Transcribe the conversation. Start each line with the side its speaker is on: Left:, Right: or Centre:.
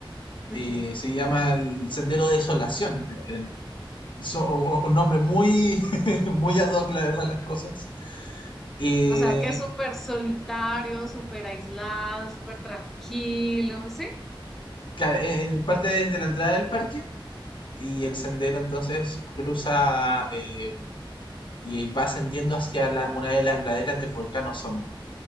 Centre: Ujú.
Left: eh, se llama el Sendero Desolación. el- so- un un nombre muy, <laughs> muy ad hoc, la verdad, las cosas. Eh,
Centre: O sea que es súper solitario, súper aislado, súper tranquilo, ¿sí?
Left: ca- eh, parte desde la entrada del parque y el sendero entonces cruza eh, y va ascendiendo hacia la, una de las laderas del volcán Osorno.